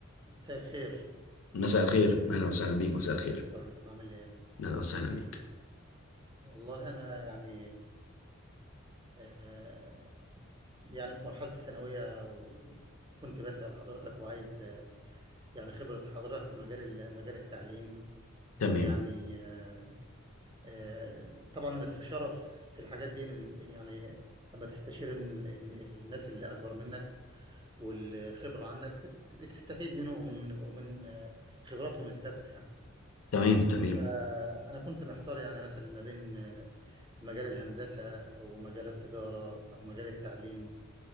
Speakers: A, on the right (about 20°); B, on the left (about 85°).
A: مساء الخير
B: مساء الخير اهلا وسهلا بيك مساء الخير
A: أستاذ كارلوس عامل إيه؟
B: اهلا وسهلا بيك
A: والله أنا يعني آه يعني في مرحلة الثانوية وكنت بسأل حضرتك وعايز آه، يعني خبرة حضرتك في مجال ال- مجال التعليم
B: تمام
A: يعني آه آه، طبعا الاستشارة في الحاجات دي يعني لما تستشير ال- ال- الناس اللي أكبر منك والخبرة عنك بت- بتستفيد منهم ومن ومن آه، خبراتهم السابقة يعني
B: تمام تمام
A: فأنا كنت محتار يعني مثلا ما بين مجال الهندسة أو مجال التجارة أو مجال التعليم